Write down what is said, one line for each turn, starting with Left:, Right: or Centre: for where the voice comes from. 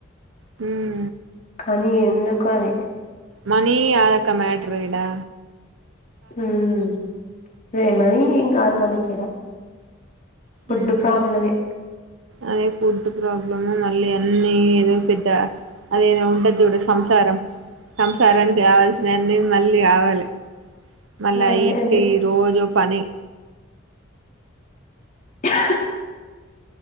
Right: మ్
Left: కానీ ఎందుకు అని
Right: మనీ ఆ వికా మ్యాట్రుడా
Left: ఉ మ్ అదే మనీ ఇంగ ఆది మానీ కేడా ఫుడ్
Right: ఉమ్
Left: ప్రాబ్లమే
Right: అదే ఫుడ్ ప్రాబ్లం మళ్ళీ అన్నీ ఏదో పెద్ద అదేనా ఉంట చూడు సంసారం సంసారానికి కావాల్సినన్ని మళ్ళీ కావాలి మళ్ళీ ఆ
Left: అదే
Right: ఈటికి
Left: అదే
Right: రోజు పని
Left: ఆ